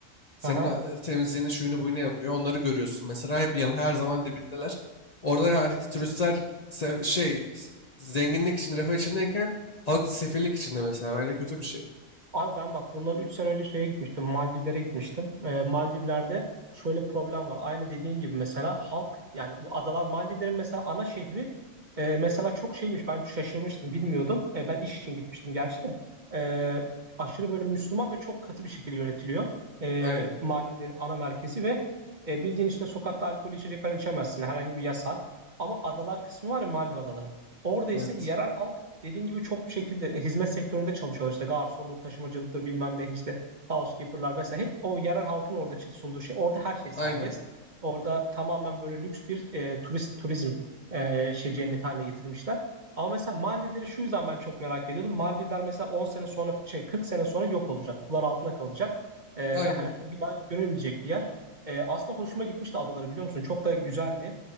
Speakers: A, on the left (about 40°); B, on the right (about 40°).
A: Senin
B: Aha.
A: e, temizliğini şuyunu buyunu yapıyor. Onları görüyorsun. Mesela hep yan her zaman dibindeler. Orada her iki turistler sev- şey zenginlik için refah içindeyken halk sefillik içinde mesela. Bence kötü bir şey.
B: Abi ben bak bundan 3 sene önce şeye gitmiştim. Maldivlere gitmiştim. Ee, Maldivler'de şöyle problem var. Aynı dediğin gibi mesela halk yani bu adalar Maldivlerin mesela ana şehri e, mesela çok şeymiş. Ben şaşırmıştım bilmiyordum. E, ben iş için gitmiştim gerçi de. E, aşırı böyle Müslüman ve çok katı bir şekilde yönetiliyor. E,
A: Aynen.
B: Maldivlerin ana merkezi ve e, bildiğin işte sokakta alkol içecek falan içemezsin. Herhangi bir yasak. Ama adalar kısmı var ya Maldiv adaları. Orada ise
A: Evet.
B: yerel halk dediğin gibi çok bir şekilde hizmet sektöründe çalışıyorlar. İşte garsondur, taşımacılıktır bilmem ne işte housekeeper'lar vesaire. Hep o yerel halkın orada sunduğu şey. Orada her şey serbest.
A: Aynen.
B: Orada tamamen böyle lüks bir e, turist turizm e, şey cenneti haline getirmişler. Ama mesela Maldivleri şu yüzden ben çok merak ediyordum. Maldivler mesela 10 sene sonra şey 40 sene sonra yok olacak. Sular altında kalacak. E,
A: Aynen.
B: ve hani bir daha görülmeyecek bir yer. E, aslında hoşuma gitmişti adaları biliyor musun? Çok da güzeldi.